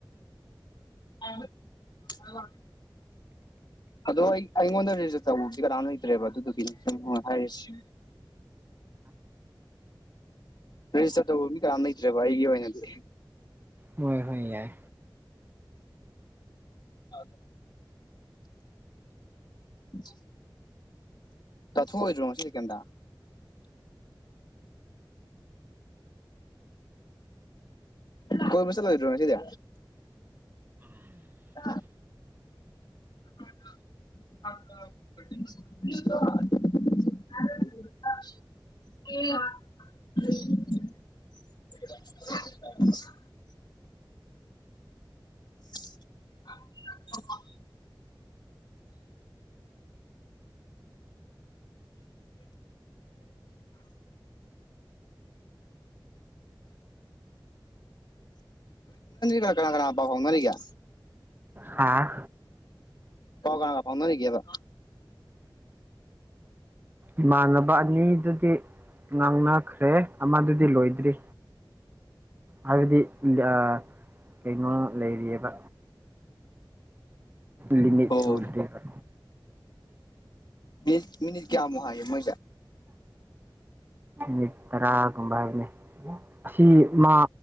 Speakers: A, on the left; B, on the right.
A: ꯑ ꯑꯗꯣ ꯑꯩ ꯑꯩꯉꯣꯟꯗ ꯇꯧꯕꯁꯤꯦ ꯀꯅꯥꯅꯣ ꯂꯩꯇ꯭ꯔꯦꯕ ꯑꯗꯨꯗꯨꯒꯤꯅꯤ ꯍꯥꯏꯔꯤꯁꯤ ꯔꯦꯖꯤꯁꯇꯔ ꯇꯧꯕ ꯃꯤ ꯀ ꯂꯩꯇ꯭ꯔꯦꯕ ꯑꯩꯒꯤ ꯑꯣꯏꯅꯗꯤ
B: ꯍꯣꯏ ꯍ ꯌꯥꯏ
A: ꯑꯗ <unintelligible> ꯇꯊ ꯑꯣꯏꯣꯉ ꯁꯤ ꯀꯗ ꯀꯣꯏ ꯃꯁꯂꯔ ꯁꯤꯗ ꯑ <unintelligible> <unintelligible> ꯅ ꯀ ꯀꯅꯥ ꯀꯅꯥ ꯄ ꯐꯥꯎ ꯉꯔꯤꯒ
B: ꯍꯥꯥ
A: ꯄꯥꯎ ꯀꯥꯒ ꯐꯥꯎꯅꯅꯤ ꯀꯕ
B: ꯏꯃꯥꯟꯅꯕ ꯑꯅꯤꯗꯨꯗꯤ ꯉꯥꯡꯅꯈ꯭ꯔꯦ ꯑꯃꯗꯨꯗꯤ ꯂꯣꯏꯗ꯭ꯔꯤ ꯍꯥꯏꯗꯤ ꯑ ꯀꯩꯅꯣ ꯂꯩꯔꯤꯑꯕ ꯂꯃꯤ
A: ꯑꯣ
B: ꯆꯨꯔ
A: ꯃꯤ ꯃꯤꯅꯤꯁ ꯀꯃꯣ ꯍꯥꯏ ꯃꯥ
B: ꯃꯤꯠꯇꯔꯥꯒꯨꯝꯕꯕꯅꯦ ꯑꯁꯤ ꯃꯥ